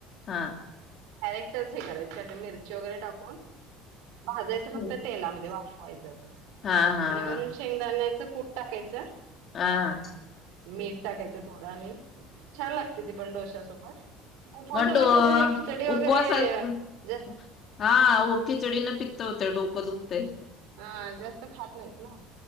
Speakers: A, on the left; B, on the right.
A: हां.
B: शेवट हे करायचे, त्यात मिरची वगैरे टाकून भाजायच फक्त
A: हा
B: तेलामध्ये वाफवायच असं
A: हा हा
B: आणि वरून शेंगदाण्याच कूट टाकायचं.
A: हा हा
B: मीठ टाकायचं. थोडं आणि छान लागते ती पण डोश्यासोबत. उपवासाला
A: म्हनटो
B: कसं
A: ओ
B: तर खिचडी वगैरे
A: उपवासल
B: जा
A: <unintelligible> हा वू खिचडीन पी त्त होतंय डोकं दुखतंय.
B: हा जास्त खात नाहीत ना.